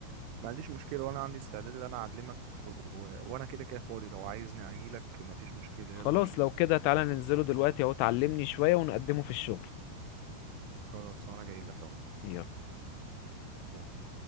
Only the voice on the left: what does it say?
خلاص
لو كده تعالى ننزله دلوقتي اهو تعلمني شويه ونقدمه في الشغل
يلا